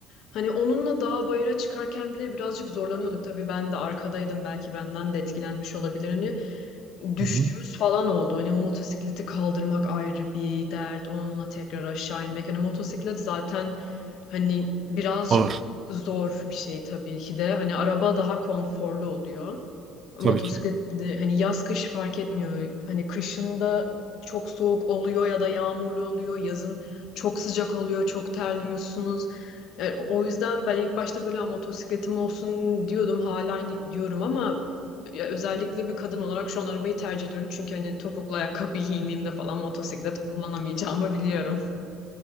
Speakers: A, on the left; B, on the right.
A: Hani onunla dağ bayıra çıkarken bile birazcık zorlanıyorduk. Tabii ben de arkadaydım belki benden de etkilenmiş olabilir. Hani düştüğümüz
B: Hı hı.
A: falan oldu. Hani o motosikleti kaldırmak ayrı bir dert. Onunla tekrar aşağı inmek. Hani motosiklet zaten hani birazcık
B: Ağır.
A: zor bir şey tabii ki de. Hani araba daha konforlu oluyor.
B: Tabii
A: Motosiklet
B: ki.
A: bir de hani yaz kış fark etmiyor. Hani kışında çok soğuk oluyor ya da yağmurlu oluyor. Yazın çok sıcak oluyor, çok terliyorsunuz. Yani o yüzden ben ilk başta böyle "Ha, motosikletim olsun diyordum. Hala aynı diyorum ama ya özellikle bir kadın olarak şu an arabayı tercih ediyorum. Çünkü hani topuklu ayakkabı giyindiğimde falan motosiklet kullanamayacağımı biliyorum.